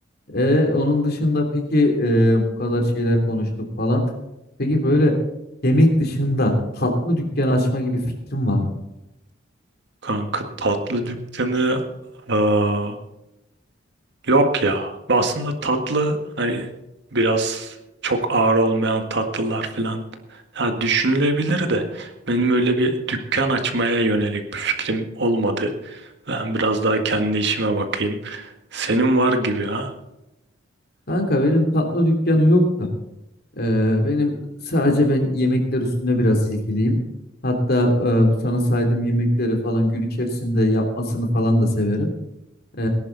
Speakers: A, on the left; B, on the right.
A: E, onun dışında peki e, bu kadar şeyler konuştuk falan. Peki böyle yemek dışında tatlı dükkan açma gibi fikrim var mı?
B: Kanka tatlı dükkanı aa, yok ya. Aslında tatlı hani biraz çok ağır olmayan tatlılar falan ya düşünülebilir de benim öyle bir dükkan açmaya yönelik bir fikrim olmadı. Ben biraz daha kendi işime bakayım. Senin var gibi ha.
A: Kanka benim tatlı dükkanı yok da. Ee, benim sadece ben yemekler üstüne biraz ilgiliyim. Hatta e, bu sana saydığım yemekleri falan gün içerisinde yapmasını falan da severim. Ee,